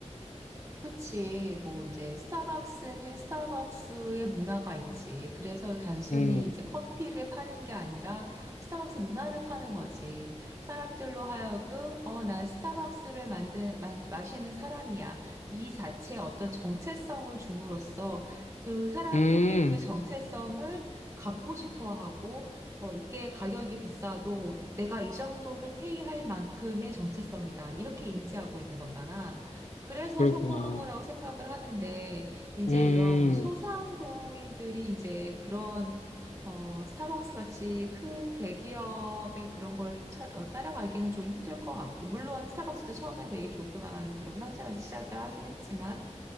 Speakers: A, on the right; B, on the left.
A: 그렇지. 뭐 이제 스타벅스는 스타벅스의 문화가 있지. 그래서 단순히
B: 음,
A: 이제 커피를 파는 게 아니라 스타벅스 문화를 파는 거지. 사람들로 하여금 어, 난 스타벅스를 만든 만, 마시는 사람이야. 이 자체의 어떤 정체성을 줌으로써 그 사람들이
B: 음,
A: 그 정체성을 갖고 싶어 하고 어, 이게 가격이 비싸도 내가 이 정도를 페이할 만큼의 정체성이다. 이렇게 인지하고 있는 거잖아. 그래서
B: 그렇구나.
A: 성공한 거라고 생각을 하는데, 이제
B: 음,
A: 이런 우리 소상공인들이 이제 그런, 어, 스타벅스 같이 큰 대기업의 그런 걸 차- 어, 따라가기는 좀 힘들 것 같고, 물론 스타벅스도 처음엔 되게 조그만 그런 상점에서 시작을 하긴 했지만,